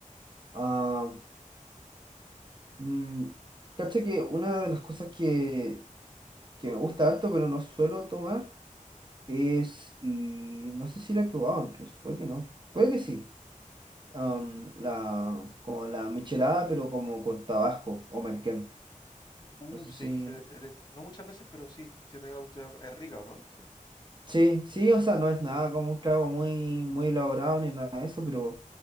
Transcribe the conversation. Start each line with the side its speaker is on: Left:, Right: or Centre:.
Right: Ah, mm, cacha que una de las cosas que, que me gusta harto, pero no suelo tomar, es, y no sé si la he probado incluso, puede que no, puede que sí, am, la, como la michelada, pero como con Tabasco o merquén.
Left: Uh,
Right: No sé
Left: sí,
Right: si...
Left: sí, he te- no muchas veces, pero sí, sí he tenido la oportunidad. de- Es rica, ¿o no? Sí,
Right: Sí, sí, o sea, no es nada como un trago muy, muy elaborado ni nada de eso, pero